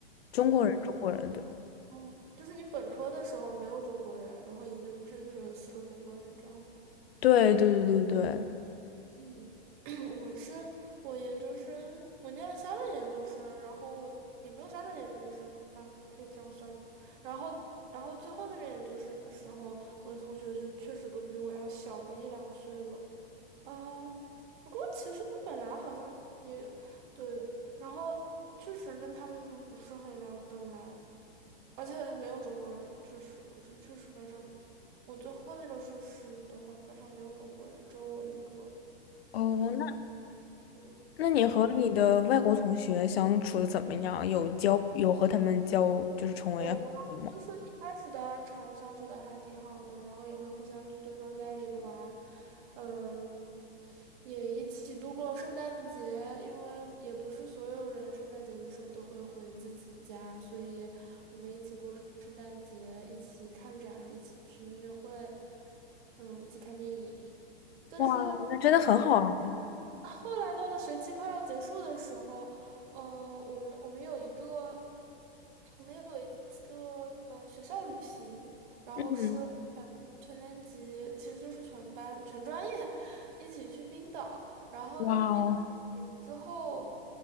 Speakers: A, on the left (about 70°); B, on the right (about 50°).
A: 中国人，中国人，对。
B: 哦，就是你本科的时候没有中国人，然后研究生的时候有四个中国人，这样吗？
A: 对对对对对。
B: 嗯，<clears throat> 我是我研究生，我念了三个研究生，然后我也没有三个研究生啊，可以这样算吧。然后，然后最后那个研究生的时候，我的同学就确实都比我要小个一两岁了。啊，不过其实本来好像也对，然后确实跟他们就不是很聊得来，而且没有中国人，确实，我就确实班上，我最后那个硕士的话，班上没有中国人，只有我一个，
A: 哦，那
B: 就
A: 那你和你的外国同学相处的怎么样？有交有和他们交就是成为好朋友吗？
B: 嗯，就是一开始大家常相处的还挺好的，然后也会互相去对方家里玩，嗯，也一起度过圣诞节，因为也不是所有人圣诞节的时候都会回自己家，所以我们一起过圣诞节，一起看展，一起去音乐会，嗯，一起看电影。但是。
A: 哇，那真的很好啊。
B: 后来到了学期快要结束的时候，嗯、我们我们有一个，我们有一个呃学校旅行，然后是全全年级，
A: 嗯，
B: 其实就是全班全专业一起去冰岛，然后那个冰岛旅行之后，
A: 哇哦，